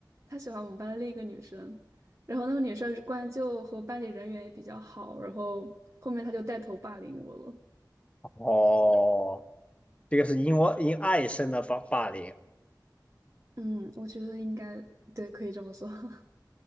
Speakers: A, on the right; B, on the left.
A: 他喜欢我们班另一个女生，然后那个女生关就和班里人缘也比较好，然后后面他就带头霸凌我了。
B: 哦，这个是因我因爱生的霸霸凌。
A: 嗯，我觉得应该对，可以这么说。<laughs>